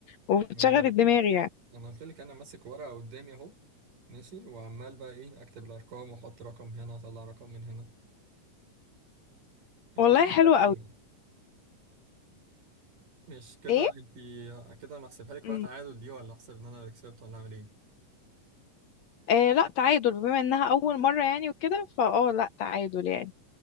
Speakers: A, on the left; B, on the right.
A: وبتشغل
B: ما انا قلت
A: الدماغ
B: لك
A: يعني
B: ما انا قلت لك انا ماسك ورقه قدامي اهو ماشي وعمال بقى ايه اكتب الارقام واحط رقم هنا اطلع رقم من هنا انا
A: والله
B: قلت لك
A: حلوة
B: هاتي
A: قوي
B: ورقه مش كده
A: ايه؟
B: انت كده انا احسبها لك
A: مم.
B: بقى تعادل دي ولا احسب ان انا اللي كسبت ولا اعمل ايه
A: آه لا تعادل بما انها أول مرة يعني وكده فاه لا تعادل يعني